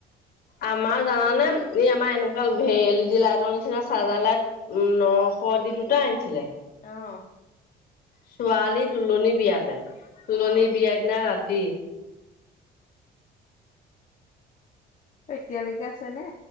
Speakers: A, on the left (about 65°); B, on the left (about 50°).
A: আমাৰ জানানে এই আমাৰ এনেকুৱা এল ই ডি লাইটৰ নিচিনা চাৰ্জাৰ লাইট উম নশ দি দুটা আনিছিলে
B: অ।
A: ছোৱালী তুলনি বিয়াতে তুলনি
B: অ',
A: বিয়াৰ দিনা ৰাতি
B: অ এতিয়ালৈকে আছে নে?